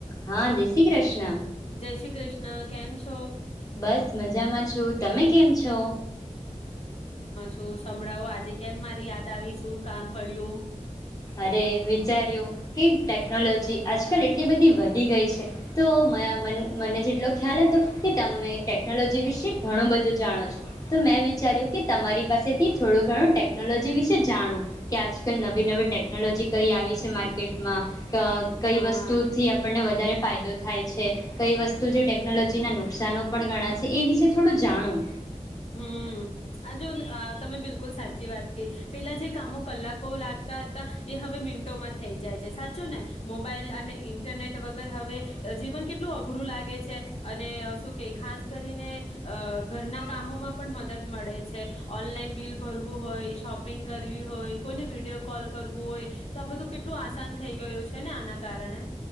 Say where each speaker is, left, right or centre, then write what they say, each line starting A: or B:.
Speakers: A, on the left; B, on the left.
A: હા જય શ્રી કૃષ્ણ.
B: જય શ્રી કૃષ્ણ કેમ છો?
A: બસ મજામાં છું તમે કેમ છો?
B: તો સંભળાવો આજે કેમ મારી યાદ આવી શું કામ પડ્યું?
A: અરે વિચાર્યું કે ટેકનોલોજી આજકાલ એટલી બધી વધી ગઈ છે, તો મ મને જેટલો ખ્યાલ હતો કે તમે ટેકનોલોજી વિશે ઘણું બધું જાણો છો, તો મેં વિચાર્યું કે તમારી પાસેથી થોડું ઘણું ટેકનોલોજી વિશે જાણવું, કે આજકાલ નવી નવી ટેક ટેકનોલોજી કઈ આવી છે માર્કેટમાં. ક કઈ
B: હા
A: વસ્તુથી આપણને વધારે ફાયદો થાય છે, કઈ વસ્તુ જે ટેકનોલોજીના નુકસાનો પણ ઘણા છે એ વિશે થોડું જાણું.
B: હમમ આ જો આ તમે બિલકુલ સાચી વાત કહી, પેલા જે કામો કલાકો લાગતા હતા, એ હવે મિનટોમાં થઈ જાય છે સાચુ ને મોબાઈલ અને ઈન્ટરનેટ વગર હવે જીવન કેટલું અઘરું લાગે છે, અને શું કે ખાસ કરીને અઅઅ ઘરના કામોમાં પણ મદદ મળે છે, ઓનલાઈન બિલ ભરવું હોય શોપિંગ કરવી હોય કોઈને વિડીિયો કોલ કરવું હોય, તો આ બધું કેટલું આસાન થઈ ગયું છે ને આના કારણે.